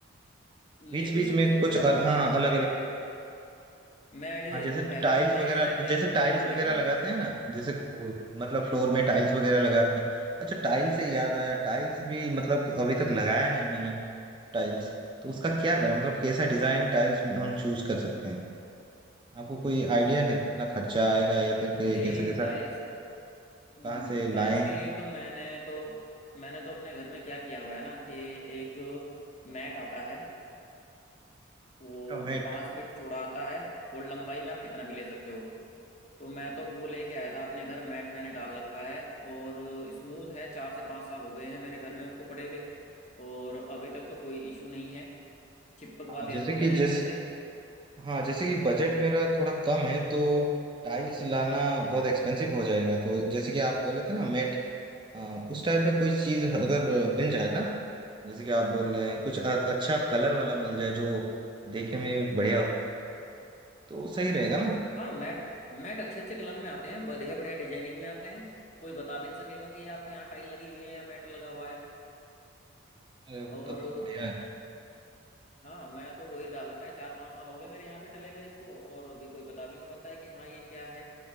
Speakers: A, on the left (about 35°); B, on the right (about 25°).
A: ले
B: बीच
A: भी
B: बीच
A: सकते
B: में
A: हो
B: कुछ
A: थोड़ा
B: अल,
A: मैं बता
B: हाँ
A: देता हूँ
B: अलग
A: आइडिया
B: अलग
A: दे देता हूँ मैं आइडिया
B: हाँ
A: दे
B: जैसे
A: देता हूँ पहले
B: टाइल्स
A: उस
B: वगैरह
A: आइडिया के
B: जैसे
A: अकॉर्डिंग
B: टाइल्स वगैरह लगाते हैं ना जैसे वो, मतलब
A: हम्म
B: फ्लोर
A: हम्म
B: में टाइल्स वगैरह लगाते हैं अच्छा टाइल्स से याद आया
A: हाँ
B: टाइल्स भी मतलब अभी तक लगाया नहीं मैंने टाइल्स तो उसका क्या करें मतलब कैसा डिजाइन टाइल्स हम चूज कर सकते हैं आपको कोई आइडिया है कितना खर्चा आएगा या फिर के,
A: भाई
B: कैसा कैसा
A: टाइल्स हम्म,
B: कहाँ से लाएं
A: टाइल्स के लिए तो मैंने तो मैंने तो अपने घर में क्या किया हुआ है ना कि एक मैट आता है वो
B: अच्छा मैट
A: पाँच फीट चौड़ा आता है और लंबाई में आप कितना भी ले सकते हो तो मैं तो वो लेके आया था अपने घर मैट मैंने डाल रखा है और स्मूथ है चार से पाँच साल हो गए हैं मेरे घर में उसको पड़े हुए और अभी तक तो कोई इशू नहीं है चिपकवा
B: हाँ
A: दिया
B: जैसे
A: था वो मैंने
B: कि जिस
A: अच्छे से
B: हाँ जैसे कि बजट मेरा थोड़ा कम है तो टाइल्स लाना बहुत एक्सपेंसिव हो जाएगा तो जैसे कि आप बोले थे ना मैट उस टाइप का कोई चीज अगर
A: हम्म
B: मिल जाए ना जैसे कि आप बोल रहे हैं कुछ अ- अच्छा कलर वाला मिल जाए जो देखने में भी बढ़िया हो तो सही रहेगा ना
A: हाँ मैट मैट अच्छे अच्छे कलर में आते हैं बढ़िया बढ़िया डिजाइनिंग में आते हैं कोई बता भी नहीं सकेगा कि ये आपके यहाँ टाइल लगी हुई है या मैट लगा हुआ है
B: अरे,
A: और
B: तब तो बढ़िया है
A: हाँ मैं तो वही डाल रखा है चार पांच साल हो गए मेरे यहाँ पे डले हुए इसको और अभी कोई बता भी नहीं पाता है कि हाँ ये क्या है